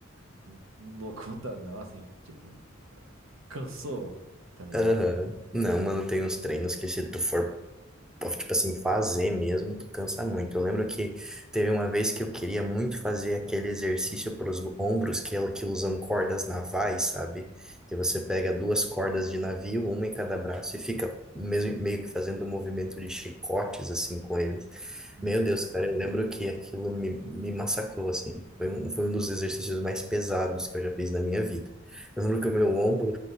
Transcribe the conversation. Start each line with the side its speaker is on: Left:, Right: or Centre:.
Right: <laughs> não dou conta não, assim, tipo, cansou, tá ligado?
Centre: Aham. Não, mano, tem uns treinos que se tu for, tipo assim, fazer mesmo, tu cansa muito. Eu lembro que teve uma vez que eu queria muito fazer aquele exercício para os ombros que, é- que usam cordas navais, sabe? Que você pega duas cordas de navio, uma em cada braço, e fica mesmo, meio que fazendo um movimento de chicotes, assim, com eles.
Right: Uhum,
Centre: Meu Deus, cara, eu lembro que aquilo me, me massacrou, assim. Foi um, foi um dos exercícios mais pesados que eu já fiz na minha vida. Eu lembro que o meu ombro